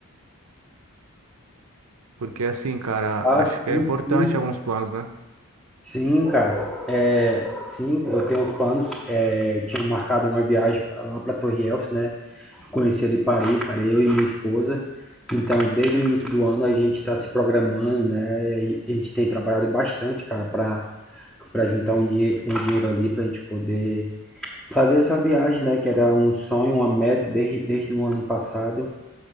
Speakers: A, on the right; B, in the centre.
A: Porque assim, cara,
B: Ah,
A: acho
B: sim,
A: que é importante
B: sim.
A: alguns planos, né?
B: Sim, cara. É, sim, eu tenho uns planos. É, eu tinha marcado uma viagem pra- lá para Torre Eiffel, né? Conheci ali Paris, cara, eu e minha esposa. Então, desde o início do ano a gente está se programando, né? E A gente tem trabalhado bastante, cara, para para juntar um, dinhe- um dinheiro ali para a gente poder fazer essa viagem, né, que era um sonho, uma meta desde, desde o ano passado.